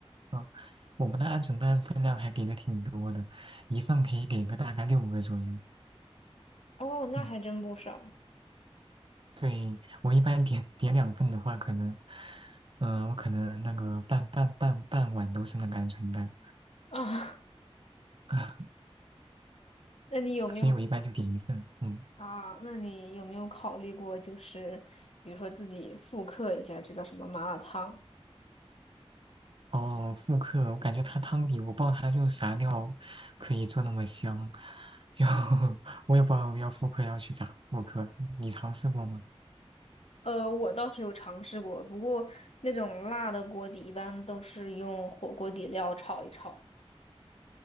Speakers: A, on the right (about 55°); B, on the left (about 70°).
A: 嗯，我们的鹌鹑蛋分量还给的挺多的，一份可以给个大概六个左右。
B: <laughs> 哦，那还真不少
A: 嗯，对，我一般点点两份的话，可能，嗯、我可能那个半半半半碗都是那个鹌鹑蛋，
B: 啊。
A: <laughs>
B: <laughs> 那你有没有
A: 所以我一般就点一份。嗯，
B: 啊？那你有没有考虑过，就是比如说自己复刻一下这叫什么麻辣烫？
A: 哦，复刻，我感觉它汤底，我不知道它用啥料可以做那么香，就 <laughs> 我也不知道要复刻要去咋复刻，你尝试过吗？
B: 呃，我倒是有尝试过，不过那种辣的锅底一般都是用火锅底料炒一炒。